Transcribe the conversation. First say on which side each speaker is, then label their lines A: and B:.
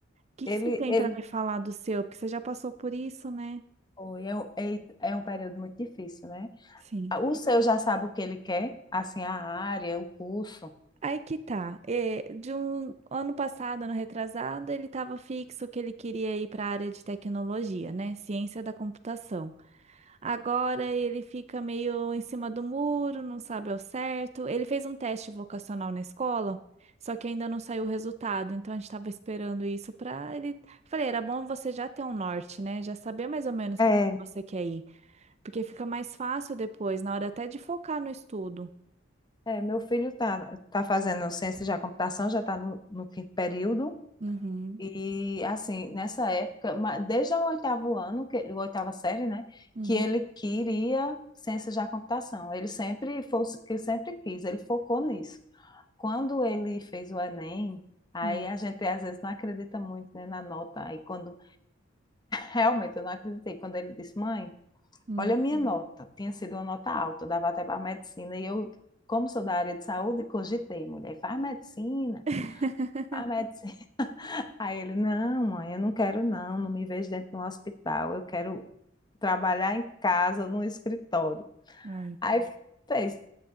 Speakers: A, on the right; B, on the left.
A: que
B: Ele,
A: que você tem
B: ele,
A: pra me falar do seu? Porque você já passou por isso, né?
B: Oi, é, um- é, é um período muito difícil, né?
A: Sim.
B: Ah, O seu já sabe o que ele quer, assim, a área, o curso.
A: Aí que tá. É, de um ano passado, ano retrasado, ele estava fixo que ele queria ir para a área de tecnologia, né? Ciência da computação. Agora ele fica meio em cima do muro, não sabe ao certo. Ele fez um teste vocacional na escola, só que ainda não saiu o resultado. Então a gente estava esperando isso para ele. Falei, era bom você já ter um norte, né? Já saber mais ou menos
B: É,
A: para onde você quer ir, porque fica mais fácil depois, na hora até de focar no estudo.
B: é, meu filho tá, tá fazendo ciência da computação, já está no, no quinto período.
A: Uhum,
B: E assim, nessa época, ma- desde o oitavo ano, que, o oitava série, né,
A: uhum,
B: que ele queria ciências da computação. Ele sempre fosse que sempre quis, ele focou nisso. Quando ele fez o Enem, aí
A: uhum.
B: a gente às vezes não acredita muito, né, na nota. Aí quando realmente eu não acreditei, quando ele disse: "Mãe,
A: uhum.
B: olha a minha nota". Tinha sido uma nota alta, dava até para medicina e eu, como sou da área de saúde, cogitei, mulher, faz medicina,
A: <laughs>
B: faz medicina. Aí ele, não, mãe, eu não quero não, não me vejo dentro de um hospital, eu quero trabalhar em casa, no escritório.
A: Ai,
B: Aí fez,